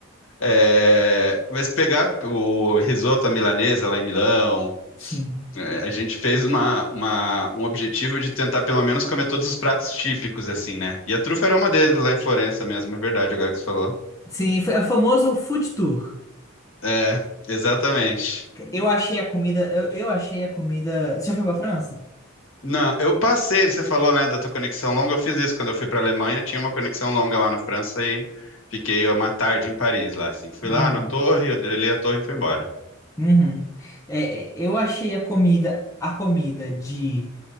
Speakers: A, on the left (about 65°); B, on the left (about 15°).
A: É, mas pegar o risoto à milanesa lá em Milão,
B: sim.
A: é, a gente fez uma, uma- um objetivo de tentar pelo menos comer todos os pratos típicos, assim, né? E a trufa era uma deles lá em Florença mesmo, é verdade, agora que você falou.
B: Sim, foi- é o famoso food tour.
A: É, exatamente.
B: Eu achei a comida. Eu, eu achei a comida. Você já foi pra França?
A: Não, eu passei, você falou, né, da tua conexão longa, eu fiz isso quando eu fui para Alemanha, tinha uma conexão longa lá na França e fiquei uma tarde em Paris lá, assim. Fui
B: Uhum.
A: lá na torre, eu olhei a torre e fui embora.
B: Uhum. É, é, eu achei a comida, a comida de,